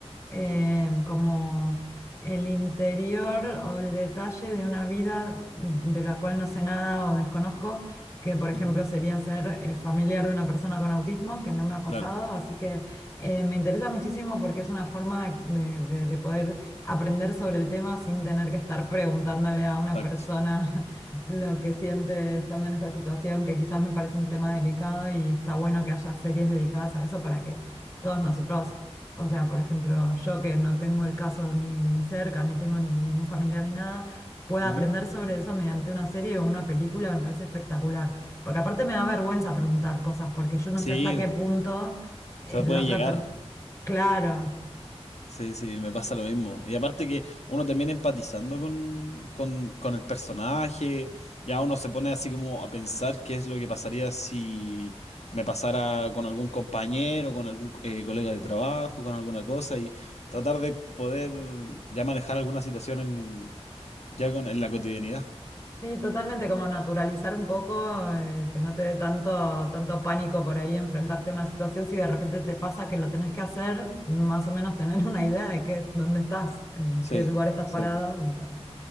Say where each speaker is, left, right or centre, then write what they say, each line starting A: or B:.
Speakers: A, on the left; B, on the left.
A: eh, como el interior o el detalle de una vida de la cual no sé nada o desconozco, que por ejemplo
B: Ujú,
A: sería ser eh, familiar de una persona con autismo, que no me ha pasado,
B: Claro,
A: así que eh, me interesa muchísimo porque es una forma de de- de poder aprender sobre el tema sin tener que estar preguntándole a una
B: exacto.
A: persona lo que siente estando en esa situación, que quizás me parece un tema delicado y está bueno que haya series dedicadas a eso para que todos nosotros, o sea, por ejemplo, yo que no tengo el caso ni, ni cerca, ni tengo ningún familiar ni nada, pueda
B: Ujú.
A: aprender sobre eso mediante una serie o una película, me parece espectacular. Porque aparte me da vergüenza preguntar cosas, porque yo no
B: Sí,
A: sé hasta qué
B: po,
A: punto eh,
B: se puede
A: la otra
B: llegar.
A: persona... Claro,
B: Sí, sí, me pasa lo mismo. Y aparte que uno termina empatizando con, con, con el personaje, ya uno se pone así como a pensar qué es lo que pasaría si me pasara con algún compañero, con algún eh, colega de trabajo, con alguna cosa, y tratar de poder ya manejar alguna situación en, ya con, en la cotidianidad.
A: Sí, totalmente, como naturalizar un poco, eh, que no te dé tanto, tanto pánico por ahí enfrentarte a una situación. Si de repente te pasa que lo tenés que hacer, más o menos tener <laughs> una idea de qué, dónde estás, en
B: Sí,
A: qué lugar estás
B: sí,
A: parado, como para